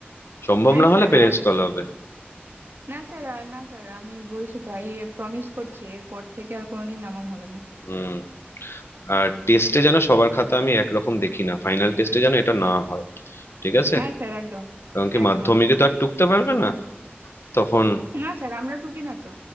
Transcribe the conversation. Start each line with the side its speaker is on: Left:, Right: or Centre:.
Left: সম্ভব
Right: হ্যাঁ
Left: না হলে
Right: স্যার
Left: পেরেন্টস
Right: আর
Left: কল
Right: এ
Left: হবে
Right: না স্যার আর না স্যার আমি বলছি তো এ প্রমিস করছি এরপর থেকে আর কোনোদিন এমন হবে না
Left: হুম আর টেস্টে যেন সবার খাতা আমি একরকম দেখি না ফাইনাল টেস্টে যেন এটা না হয় ঠিক আছে
Right: হ্যাঁ স্যার একদম
Left: কারণ কি
Right: একদম
Left: মাধ্যমিকে তো আর টুকতে পারবে না তখন
Right: না স্যার আমরা টুকি না তো